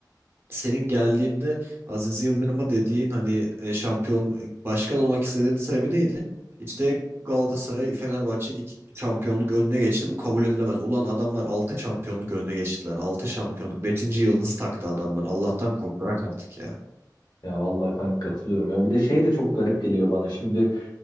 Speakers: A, on the right; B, on the left.
A: senin geldiğinde Aziz Yıldırım'a dediğin hani e, şampiyon e, başkan olmak istediğinin sebebi neydi? İşte Galatasaray Fenerbahçe'nin iki şampiyonluk önüne geçti. Bu kabul edilemez. Ulan adamlar 6 şampiyonluk önüne geçtiler. 6 şampiyonluk. Beşinci yıldızı taktı adamlar. Allah'tan kork bırak artık ya.
B: Ya vallahi kanka katılıyorum ya. Bir de şey de çok garip geliyor bana. Şimdi